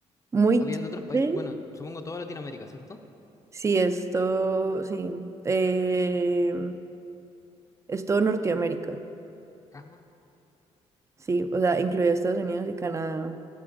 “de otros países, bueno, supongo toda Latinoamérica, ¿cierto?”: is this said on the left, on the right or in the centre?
Left